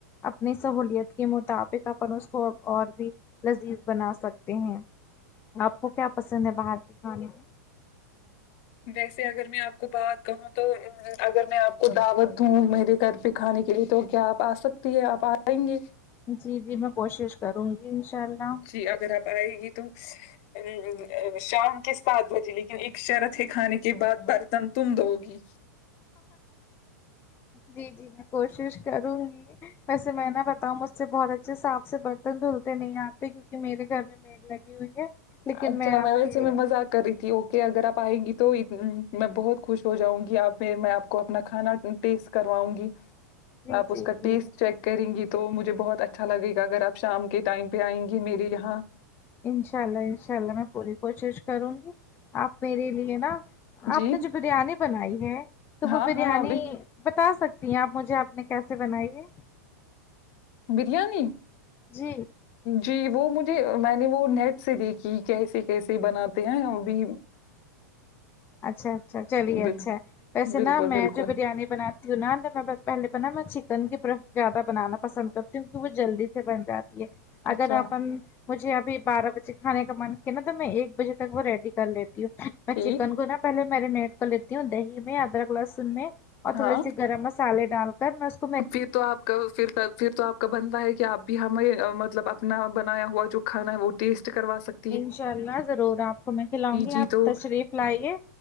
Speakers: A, on the left; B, on the left.
A: اپ نی سہلیت کے مطابق اپن اس کو اور بھی لذیذ بنا سک تے ہیں آپ کو کیا پسند ہے باہر کے کھانے
B: ویسے اگر میں آپ کو بات کہوں تو اگر میں آپ کو دعوت دوں میرے گھر پہ کھانے کے لیے تو کیا آپ آ سکتی ہے آپ آئیں گے
A: جی جی میں کوشش کروں گی انشاء اللہ
B: جی اگر آپ پر آئے گی تو ا شام کے سات بجے لیکن ایک شرط ہے کھانے کے بعد برتن تم دھو گی
A: جی جی میں کوشش کروں گی ویسے میں نہ بتاؤں مجھ سے بہت اچھے صاف سے برتن دھلتے نہیں آتے کیونکے میرے گھر میں نیٹ لگی ہو ئی ہے لیکن
B: اچھا
A: آپ
B: میں ویسے
A: کے لیے
B: میں مذاق کر رہی تھی اوکے اگر آپ آئیں گی تو ایک دن میں بہت خوش ہو جاؤں گی آپ میں میں آپ کو اپنا کھانا ٹیسٹ کرواؤں گی
A: جی
B: آپ اس
A: جی
B: کا
A: جی
B: ٹیسٹ چیک کریں گی تو مجھے بہت اچھا لگے گا اگر آپ شام کے ٹائم پہ آئیں گے میرے یہاں
A: انشاء اللہ انشاء اللہ میں پوری کوشش کروں گی آپ میرے لیے نا
B: جی
A: آپ نے جو بریانی بنائی ہے تو وہ
B: ہاں
A: بریانی
B: ہاں ابھی
A: بتا سک تی آپ مجھے آپ نے کیسے بنائی ہے
B: بریانی
A: جی
B: جی وہ مجھے میں نے وہ نیٹ سے دیکھی کیسے کیسے بناتے ہیں ابھی
A: اچھا اچھا چلیے
B: بل-
A: اچھا ہے ویسے
B: بالکل
A: نا میں
B: بالکل
A: جو بریانی بنا کیوں نہ پہلے بنا میں چکن کی پرف زیادہ بنانا پسند کرتی ہوں کہ وہ جلدی سے بن جاتی ہے
B: اچھا
A: اگر اپن مجھے ابھی بارہ بجے کھانے کا من کیا نا تو میں ایک بجے تک وہ ریڈی کر لیتی ہوں میں
B: ٹھیک
A: چک ن کو نہ پہلے میرینیٹ کر لیتی ہوں دہی میں ادرک لہسن میں اور
B: ہاں
A: تھوڑے سے گرم مسا مسالے ڈال کر میں اسے
B: پھر تو آپ کل پھر کل پھر تو آپ کا بنتا ہے کہ آپ بھی ہمیں مطلب اپنا بنایا ہوا جو کھانا ہے وہ ٹیسٹ کروا سکے
A: انشاء اللہ ضرور آپ کو میں کھلاؤں گی
B: جی
A: آپ
B: تو
A: تشریف لائیے